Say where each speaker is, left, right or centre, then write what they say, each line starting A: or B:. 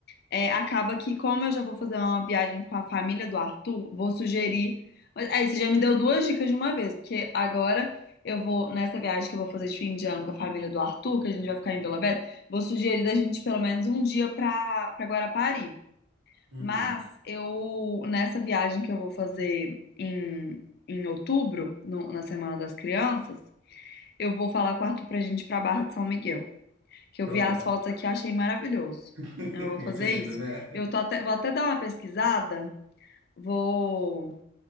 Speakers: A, on the left (about 50°); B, on the right (about 75°).
A: é, acaba que, como eu já vou fazer uma viagem com a família do Arthur, vou sugerir. Mas, aí, você já me deu duas dicas de uma vez, porque agora eu vou, nessa viagem que eu vou fazer de fim de ano com a família do Arthur, que a gente vai ficar em Vila Velha, vou sugerir da gente pelo menos um dia pra, pra Guarapari.
B: Uhum.
A: Mas eu, nessa viagem que eu vou fazer em, em outubro, no- na Semana das Crianças, eu vou falar com o Arthur pra gente ir pra Barra de São Miguel, que eu
B: Pronto.
A: vi as fotos aqui e achei maravilhoso.
B: <laughs>
A: Então, Eu vou fazer
B: Muito lindo,
A: isso.
B: né?
A: Eu tô até, vou até dar uma pesquisada, vou,